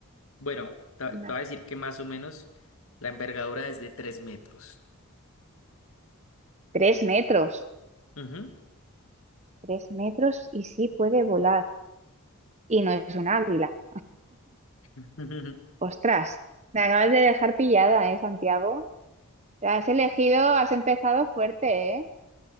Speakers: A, on the left; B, on the right.
A: bueno, te,
B: Una.
A: te voy a decir que más o menos la envergadura es de tres metros.
B: Tres metros.
A: Ujú.
B: Tres metros y sí puede volar. Y no es un águila.
A: <laughs>
B: Ostras, me acabas de dejar pillada, ¿eh, Santiago? Te has elegido, has empezado fuerte, ¿eh?